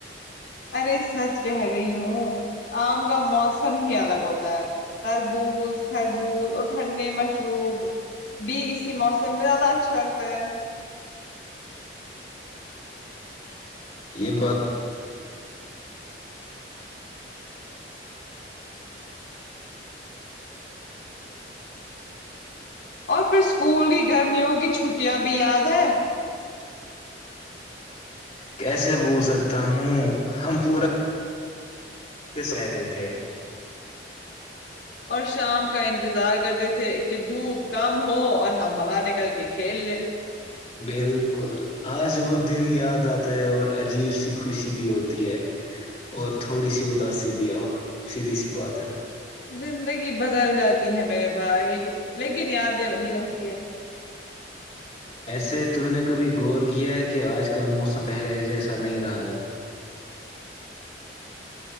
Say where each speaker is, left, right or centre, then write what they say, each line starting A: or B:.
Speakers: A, on the left; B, on the left.
A: ارے سچ کہہ رہی ہوں آم کا موسم ہی الگ ہوتا ہے تربوز تربوز اور ٹھنڈے مشروب بھی اسی موسم میں زیادہ اچھا لگتا ہے
B: یہ بات
A: اور پھر اسکول کی گرمیوں کی چھٹیاں بھی یاد ہے
B: کیسے بول سکتا ہوں ہم پورا رہتے تھے
A: اور شام کا انتظار کرتے تھے کہ دھوپ کم ہو اور ہم باہر نکل کے کھیل لیں
B: بالکل آج وہ دن یاد آتا ہے اور عجیب سی خوشی بھی ہوتی ہے اور تھوڑی سی اداسی بھی آؤ سیدھی سی بات ہے
A: زندگی بدل جاتی ہے میرے بھائی لیکن یادیں وہی رہتی ہے
B: ایسے تم نے کبھی غور کیا کہ آج کل موسم پہلا جیسا نہیں رہا ہے